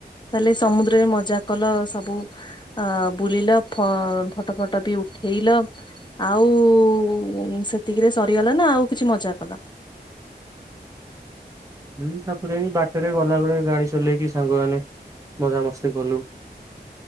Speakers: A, on the left; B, on the right.
A: ତାଲେ ସମୁଦ୍ରରେ ମଜା କଲ ସବୁ? ଆ ବୁଲିଲ ଫ ଫଟ ଫଟ ବି ଉଠେଇଲ ଆଉ ସେତିକିରେ ସରିଗଲା ନା ଆଉ କିଛି ମଜା କଲା?
B: ହୁଁ ତାପରେ ବାଟରେ ଗଲା ବେଳେ ଗାଡି ଚଲେଇକି ସାଙ୍ଗମାନେ ମଜାମସ୍ତି କଲୁ।